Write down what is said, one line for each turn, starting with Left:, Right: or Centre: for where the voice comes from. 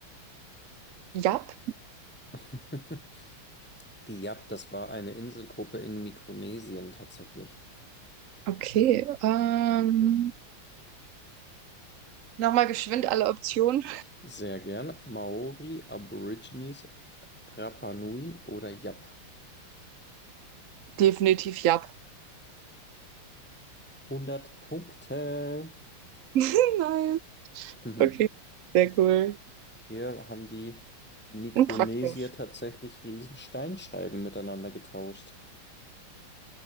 Right: Jap.
Centre: <laughs> Die Yap, das war eine Inselgruppe in Mikronesien tatsächlich.
Right: Okay. Ähm, nochmal geschwind alle Optionen.
Centre: Sehr gern. Maori, Aborigines, Rapa Nui oder Yap.
Right: Definitiv Jap.
Centre: Hundert Punkte.
Right: <laughs> Nein.
Centre: Mhm.
Right: Okay. Sehr cool.
Centre: Hier haben die Mikronesier
Right: Und praktisch.
Centre: tatsächlich riesen Steinscheiben miteinander getauscht.